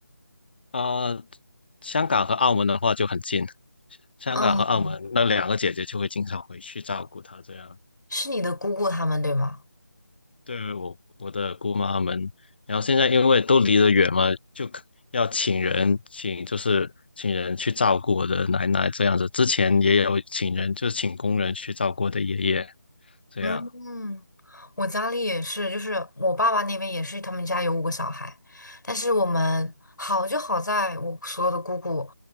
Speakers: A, on the left (about 30°); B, on the left (about 75°).
A: 啊、呃香港和澳门的话就很近，香港和澳门那两个姐姐就会经常回去照顾她，
B: 嗯，
A: 这样
B: 是你的姑姑他们对吗？
A: 对我我的姑妈们。然后现在因为都离得远嘛，就可要请人请就是请人去照顾我的奶奶这样子。之前也有请人，就是请工人去照顾我的爷爷这样。
B: 嗯，我家里也是，就是我爸爸那边也是，他们家有五个小孩，但是我们好就好在我所有的姑姑，